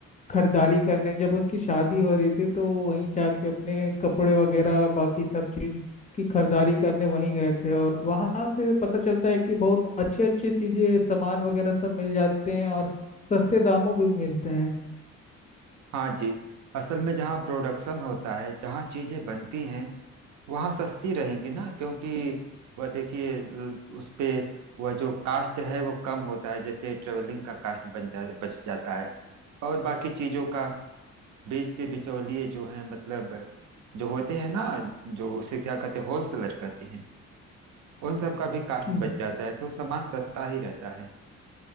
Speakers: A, on the left (about 25°); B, on the right (about 70°).
A: खरीदारी करने जब उनकी शादी हो रही थी तो वहीं जाके अपने कपड़े वगैरह बाकी सब चीज़ की खरीदारी करने वहीं गए थे और वहाँ से पता चलता है कि बहुत अच्छे अच्छे चीज़ें सामान वगैरह सब मिल जाते हैं और सस्ते दामों भी मिलते हैं
B: हाँ जी असल में जहाँ प्रोडक्शन होता है जहाँ चीजें बनती हैं वहाँ सस्ती रहेंगी ना क्योंकि वह देखिए ल- उस पे वह जो कास्ट है वो कम होता है जैसे ट्रेवलिंग का कास्ट बन जा बच जाता है और बाकी चीजों का बीच के बिचौलिए जो हैं मतलब जो होते हैं ना जो उसे क्या कहते हैं होलसेलर कहते हैं उन सब का भी कास्ट
A: हम्म,
B: बच जाता है तो सामान सस्ता ही रहता है